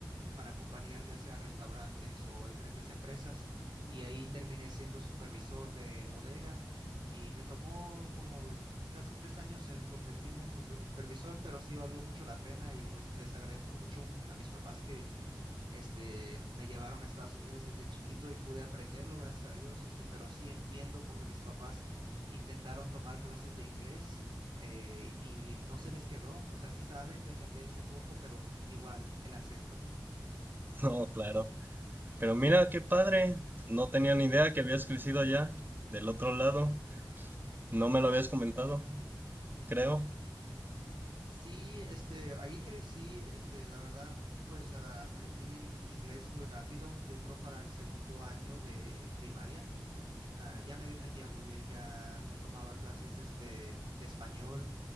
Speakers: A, on the right (about 80°); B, on the right (about 25°).
A: para compañías, ya sea restaurantes o diferentes empresas, y ahí terminé siendo supervisor de bodega y me tomó como casi tres años en convertirme en super- supervisor, pero sí valió mucho la pena y pues les agradezco mucho m- a mis papás que este, me llevaron a Estados Unidos desde chiquito y pude aprenderlo, gracias a Dios, este, pero sí entiendo porque mis papás intentaron tomar clases de inglés. Eh, y no se les quedó, o sea, sí saben defenderse poco, pero igual el acento.
B: No, claro. Pero mira, qué padre. No tenía ni idea que habías crecido allá, del otro lado. No me lo habías comentado, creo.
A: Sí, este, ahí crecí, este, la verdad, pues ah, aprendí inglés muy rápido. Yo creo para el segundo año de primaria, ah, ya me defendía muy bien, ya no tomaba clases de, este, de español.